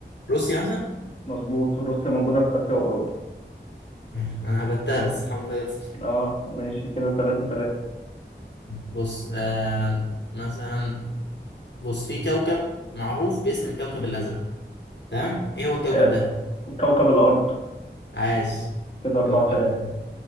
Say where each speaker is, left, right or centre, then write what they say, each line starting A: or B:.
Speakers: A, on the left (about 65°); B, on the left (about 35°).
A: روسيا مثلا
B: مظبوط روسيا موجودة في آسيا وأوروبا
A: <laughs> أنا هبتها بس الحمد لله جت صح.
B: اه ماشي كده تلاتة تلاتة
A: بص آه مثلا بص في كوكب معروف باسم الكوكب الأزرق تمام إيه هو الكوكب
B: آه،
A: ده؟
B: كوكب الأرض
A: عاش
B: كده أربعة
A: كوكب
B: تلاتة
A: الأرض.